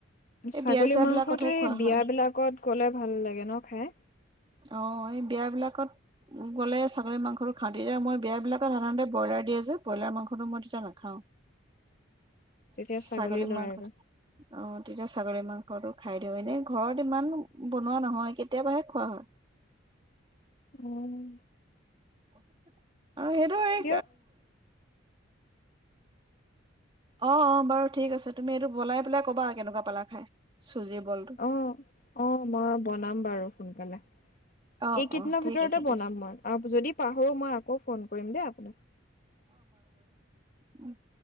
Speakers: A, on the right; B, on the left.
A: এই
B: ছাগলী
A: বিয়া চিয়া
B: মাংসটো
A: বিলাকতহে খোৱা
B: এই বিয়াবিলাকত
A: হয়
B: গ'লে ভাল লাগে ন খাই
A: অ এই বিয়াবিলাকত গ'লে ছাগলী মাংসটো খাওঁ তেতিয়া মই বিয়াবিলাকত সাধাৰণতে ব্ৰইলাৰ দিয়ে যে ব্ৰইলাৰ মাংসটো মই তেতিয়া নেখাওঁ
B: তেতিয়া
A: ছাগলী
B: লয়
A: মাংস
B: আৰু
A: আহ ছাগলী মাংসটো খাই দিওঁ এনেই ঘৰত ইমান বনোৱা নহয় কেতিয়াবাহে খোৱা হয়
B: অ',
A: <inaudible> অ সেইটো এই
B: দিয়ক
A: অ অ বাৰু ঠিক আছে তুমি এইটো বলাই পেলাই কবা কেনেকুৱা পালা খাই চুজিৰ বলটো
B: অ অ মই বনাম বাৰু সোনকালে
A: অ
B: এইকেইদিনৰ
A: অ ঠিক
B: ভিতৰতে
A: আছে
B: বনাম
A: ঠিক
B: মই আৰু যদি পাহৰো মই আকৌ ফোন কৰিম দে আপোনাক
A: উম